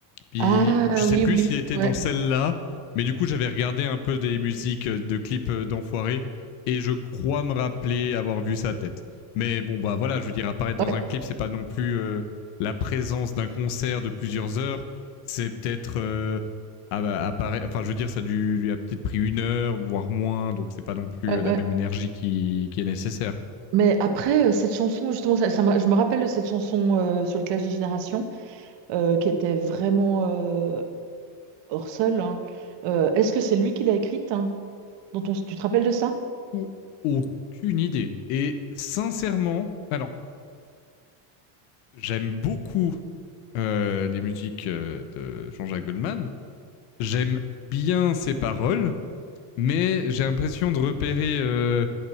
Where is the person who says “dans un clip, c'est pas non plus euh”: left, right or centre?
Left